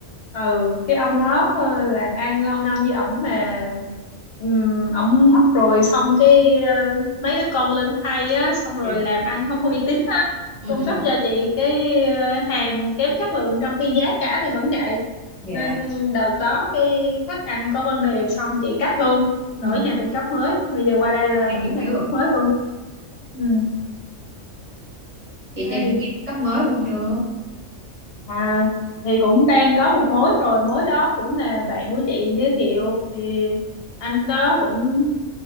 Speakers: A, on the left (about 55°); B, on the right (about 30°).
A: ừ cái ông đó ờ, làm ăn lâu năm với ổng mà ừm, ổng mất rồi xong cái ờ, mấy đứa con lên thay á xong rồi
B: dạ
A: làm ăn không có uy tín á
B: ừ
A: cung
B: ừ
A: cấp cho chị cái ờ, hàng kém chất lượng trong khi giá cả thì vẫn chạy
B: dạ
A: nên đợt đó cái khách ăn có vấn đề xong chị cắt luôn
B: ừ
A: đổi nhà cung cấp mới bây giờ qua đây là
B: em
A: đổi
B: tìm
A: nhà
B: chưa
A: cung cấp mới luôn ừ
B: chị
A: hay
B: tìm nhà cung cấp mới luôn chưa
A: À, thì cũng đang có một mối rồi, mối đó cũng là bạn của chị giới thiệu thì anh đó cũng